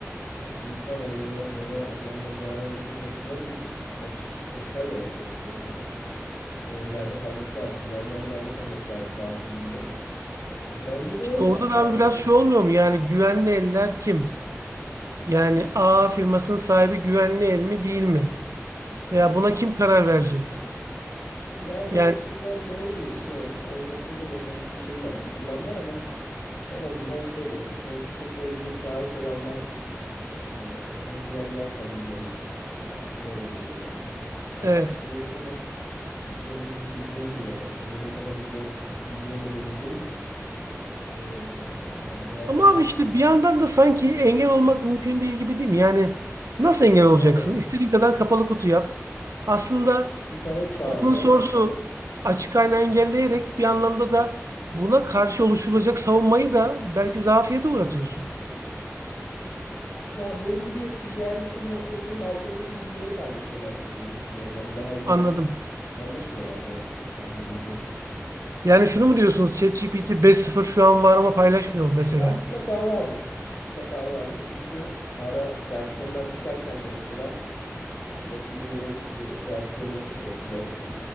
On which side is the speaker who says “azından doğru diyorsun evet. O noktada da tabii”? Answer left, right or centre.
Left